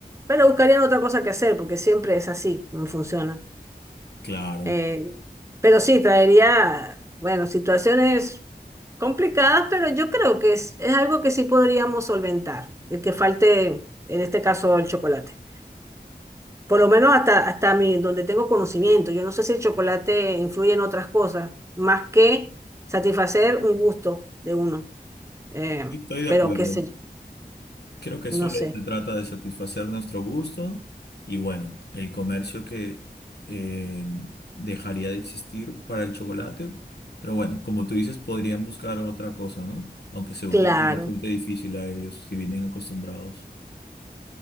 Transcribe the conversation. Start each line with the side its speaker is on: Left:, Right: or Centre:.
Right: pero buscarían otra cosa que hacer porque siempre es así, no funciona.
Left: Claro,
Right: Eh, pero sí, traería, bueno, situaciones complicadas, pero yo creo que es, es algo que sí podríamos solventar, el que falte, en este caso, el chocolate. Por lo menos hasta, hasta mi, donde tengo conocimiento. Yo no sé si el chocolate influye en otras cosas, más que satisfacer un gusto de uno. Eh,
Left: estoy de
Right: pero
Left: acuerdo.
Right: qué sé yo,
Left: Creo que
Right: no
Left: solo
Right: sé.
Left: se trata de satisfacer nuestro gusto y bueno, el comercio que eh, dejaría de existir para el chocolate, pero bueno, como tú dices, podrían buscar otra cosa, ¿no? Aunque seguro
Right: Claro,
Left: les resulte difícil a ellos si vienen acostumbrados.